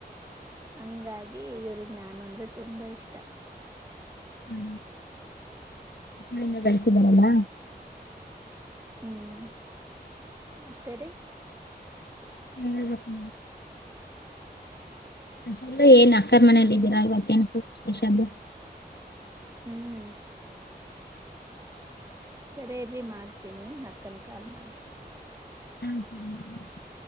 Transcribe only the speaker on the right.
ಹಂಗಾಗಿ ಇವ್ರಗ್ ನಾನು ಅಂದ್ರೆ ತುಂಬಾ ಇಷ್ಟ.
ಹ್ಮ್ ಮತ್ತೆ ರಿ.
ಹಲೋ
ಹ್ಮ್. ಸರಿೇ ಇರಿ ಮಾಡ್ತೀನಿ ಅಕ್ಕನ ಕಾಲ್ ಮಾಡಿ.